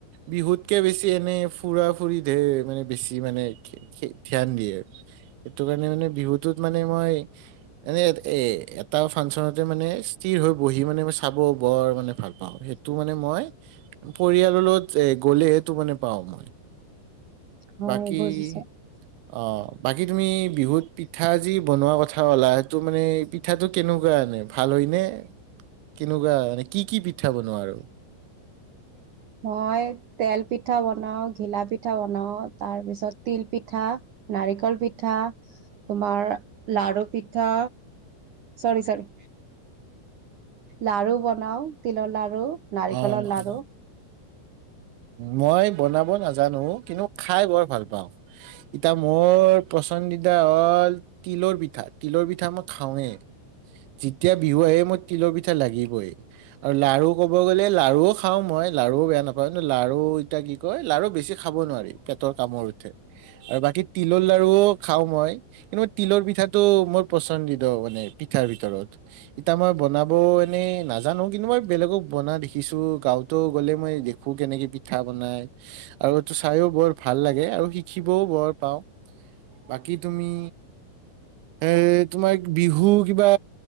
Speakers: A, on the right; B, on the right.
A: বিহুতকে বেছি এনে ফুৰা ফুৰি ধেৰ মানে বেছি মানে <unintelligible> ধ্যান দিয়ে। সেইটো কাৰণে মানে বিহুটোত মানে মই এনে এ এটা ফাংচনত সিটো মানে স্থিৰ হৈ বহি মানে চাব বৰ মানে ভাল পাওঁ, সেইটো মানে মই পৰিয়ালৰ লগত এ গ'লে সেইটো মানে পাওঁ মই
B: হয়
A: বাকী
B: বজিছে।
A: অ', বাকী তুমি বিহুত পিঠা যি বনোৱা কথা 'লা সেইটো মানে পিঠাটো কেনেকুৱা আনে? ভাল হয় ন, কেনেকুৱা মানে কি কি পিঠা বনোৱা আৰু?
B: মই তেল পিঠা বনাও, ঘিলা পিঠা বনাও, তাৰ পিছত তিল পিঠা, নাৰিকল পিঠা, তোমাৰ লাৰু পিঠা, চৰি চৰি লাৰু বনাও, তিলৰ লাৰু। নাৰিকলৰ
A: অ
B: লাাৰু।
A: অ মই বনাব নাজানো। কিন্তু খাই বৰ ভাল পাওঁ। এতিয়া মোৰ পচন্দিতা হ'ল তিলৰ পিঠা, তিলৰ পিঠা মই খাওঁৱেই। যেতিয়া বিহু আহে মোৰ তিলৰ পিঠা লাগিবই আৰু লাৰু ক'ব গ'লে লাৰুও খাওঁ মই লাৰুও বেয়া নাপাওঁ। লাৰু ইতিয়া কি কয় লাৰু বেছি খাব নোৱাৰি পেটৰ কামৰ উঠে আৰু বাকী তিলৰ লাৰুও খাওঁ মই, কিন্তু মই তিলৰ পিঠাটো মোৰ পচন্দিত মানে পিঠাৰ ভিতৰত। ইতা মই বনাব এনেই নাজানো কিন্তু মই বেলেগক বনা দেখিছোঁ। গাওঁতো গ'লে মই দেখোঁ। খো কেনেকে পিঠা বনাই আৰু এইটো চাইও বৰ ভাল লাগে আৰু শিকিবও বৰ পাওঁ। বাকী তুমি এ তোমাক বিহু কিবা